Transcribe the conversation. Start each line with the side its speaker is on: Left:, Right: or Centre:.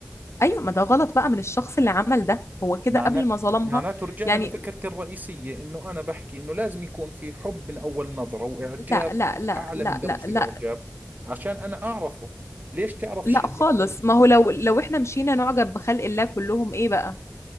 Left: ايوه ما ده غلط بقى من الشخص اللي عمل ده هو كده
Right: معنى
Left: قبل ما ظلمها
Right: معناته رجعنا
Left: يعني
Right: لفكرتي الرئيسية انه انا بحكي انه لازم يكون في حب من اول نظرة واعجاب
Left: لا لا لا
Right: اعلى
Left: لا
Right: من درجة
Left: لا لا
Right: الاعجاب عشان انا اعرفه ليش تعرف
Left: لا
Right: شيء
Left: خالص
Right: مثلا
Left: ما هو لو لو احنا مشينا نعجب بخلق الله كلهم ايه بقى